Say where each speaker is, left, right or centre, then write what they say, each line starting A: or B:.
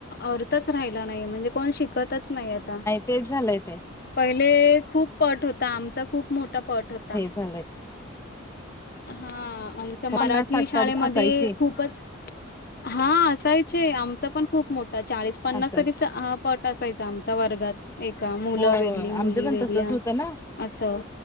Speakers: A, on the left; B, on the left.
A: अर्थच राहिला नाही म्हणजे कोण शिकत..... च नाही आता
B: तेच झालंय ते
A: पहिले खूप.... पट होता आमचा खूप मोठा पट होता....
B: झालेत...
A: हा आमच मराठी
B: पन्नास साठ
A: शाळेमध्ये
B: साठ असायची
A: खूपच.... हा असा चे आमचा पण खूप मोठा चाळीस पन्नास
B: असायची
A: तरी... पट असायच आमच्या वर्गात... एका मुलं
B: होय
A: वेगळी
B: होय
A: मुली
B: आमचं पण
A: वेगळ्या
B: तसच होत ना
A: असं